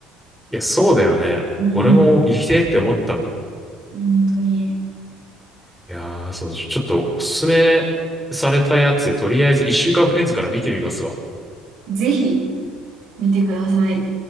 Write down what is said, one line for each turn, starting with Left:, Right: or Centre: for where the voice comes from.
Centre: いや、そうだよね。
Right: うん。
Centre: 俺も生きてえって思ったもん。
Right: 本当に。
Centre: いやー、そう、ちょっとおすすめされたやつ、とりあえず一週間フレンズから見てみますわ。
Right: ぜひ見てください。